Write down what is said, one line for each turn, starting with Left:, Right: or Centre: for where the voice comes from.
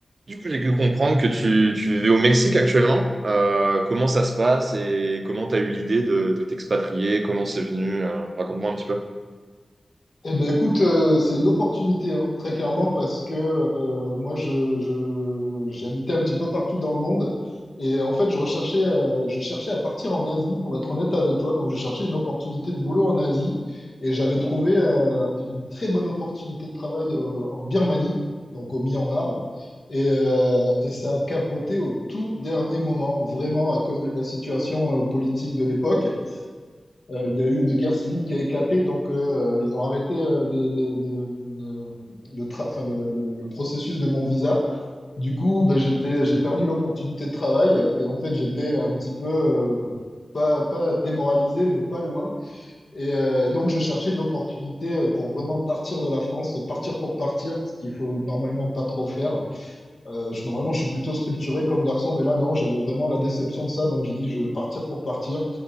Right: Du coup, j'ai pu comprendre que tu, tu vivais au Mexique actuellement. Euh, comment ça se passe et comment tu as eu l'idée de, de t'expatrier? Comment c'est venu? Euh, raconte-moi un petit peu.
Left: Eh ben écoute, euh, c'est une opportunité, hein, très clairement, parce que euh, moi, je, je, j'habitais un petit peu partout dans le monde. Et en fait, je recherchais, euh, je cherchais à partir en Asie, pour être honnête avec toi. Donc, je cherchais une opportunité de boulot en Asie. Et j'avais trouvé euh, une très bonne opportunité de travail euh, en Birmanie, donc au Myanmar. hein. Et, euh, et ça a capoté au tout dernier moment, vraiment à cause de la situation euh, politique de l'époque. Euh, il y a eu une guerre civile qui a éclaté, donc euh, euh, ils ont arrêté euh, les- les- les, euh, le, tra- enfin, le, le- le processus de mon visa. Du coup, ben, j'étais, j'ai perdu l'opportunité de travail et en fait, j'étais un petit peu, euh, pas, pas démoralisé, mais pas loin. Et euh, donc, je cherchais une opportunité pour vraiment partir de la France, partir pour partir, ce qu'il faut normalement pas trop faire. Euh, je, normalement, je suis plutôt structuré comme garçon, mais là, non, j'avais vraiment la déception de ça, donc j'ai dit, je veux partir pour partir.